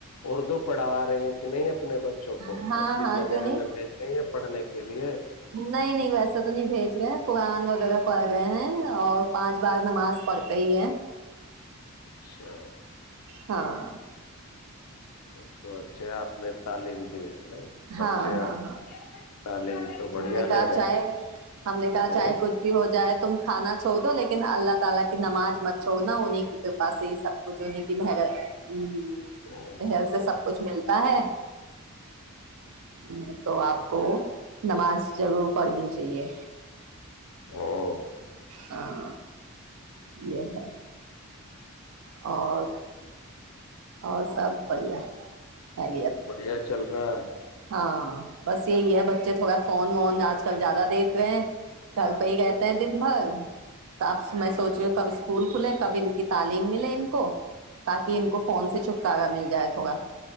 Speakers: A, on the left; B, on the right.
A: اردو پڑھوا رہی ہیں نہیں اپنے بچوں کو
B: ہاں
A: مسجد
B: ہاں
A: وغیرہ
B: کیوں نہیں
A: میں بھیج رہں گے پڑنے کے لیے
B: نہیں نہیں ویسا تو نہیں بھیج رہے کورآان وغیرہ پڑھ رہے ہیں اور پانچ بار نماز پڑھتے ہی ہیں
A: اچھا
B: ہاں
A: سب تو اچھے آپ نے تعلیم دیے نہیں بچھے
B: ہاں ہاں ہاں
A: تعلیم تو
B: ہم
A: بڑھیا
B: نے
A: لے
B: کہا
A: رہے
B: چاہے ہم نے کہا
A: ہوں
B: چاہے کچھ بھی ہو جائے تم کھانا چھو دو لیکن اللہ تعالی کی نماز مت چھوڑنا انہی کی کرپا سے سب کچھ ہو کی مہگا نہل
A: ہ
B: سے سب کچھ مل کا ہے <unintelligible> ہ تو آپ کو نماز جرور پڑھنی چاہیے
A: ہاں <unintelligible>
B: ہاں یہ ہے اور اور سب بڑیا خیر یت
A: بڑھیا چل رہا ہے
B: ہاں بس یہی ہے بچے تھوڑا فون وون آج کل زیادہ دیکھ رہے ہیں کل پ ہی کہتے ہیں دن بھر اب میں سوچی
A: ہ
B: ہوں کب اسکول کھلے کب ان کی تعلیم ملے ان کو تاکہ ان کو فون سے چھٹکارا مل جائے ہوگا